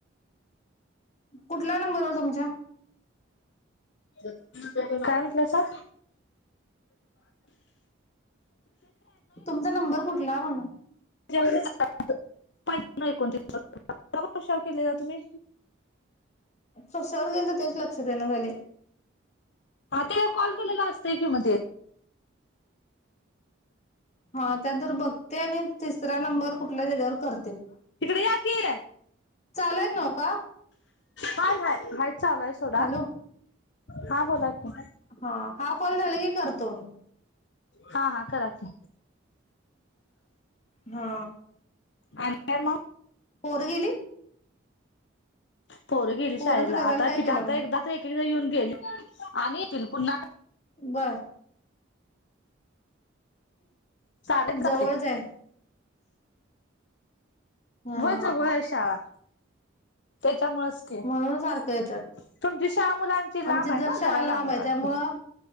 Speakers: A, on the left; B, on the left.
A: कुठला नंबरवर तुमच्या?
B: काय म्हटलासा?
A: तुमचा नंबर कुठला म्हणून?
B: <unintelligible> पंधरा एकोणतीस <unintelligible> केलेला तुम्ही?
A: कशावर गेल तर तेच लक्षात येईना झाले.
B: ह ते कॉल केलेला असतय कि म ते.
A: हा त्या तर बघते आणि तिसरा नंबर कुठला त्याच्यावर कर
B: तिकडे या कि.
A: चालूयत नव्ह का
B: हाय हाय हाय चालू आहे सोडा.
A: हॅलो
B: हा बोला की
A: हा हाव कॉल झाला की करतो मी.
B: हा हा करा की.
A: हा
B: आणि काय मग
A: पोरं गेली
B: पोरं गेली
A: पोरांच्या
B: शाळेला
A: डब्याला
B: आता
A: काय
B: किती
A: केला
B: आता
A: मग
B: एकदा ते एक एकदा येऊन गेली आणि येतील पुन्हा
A: बर
B: साडे
A: जवळच आहे हा
B: व्हय जवळाय शाळा त्यामुळेच की
A: म्हणून
B: <unintelligible>
A: सारखं येतात
B: मुलांची लांब
A: आमची
B: आहे
A: जरा
B: ना
A: शाळा लांब आहे
B: वाटतं
A: त्यामुळं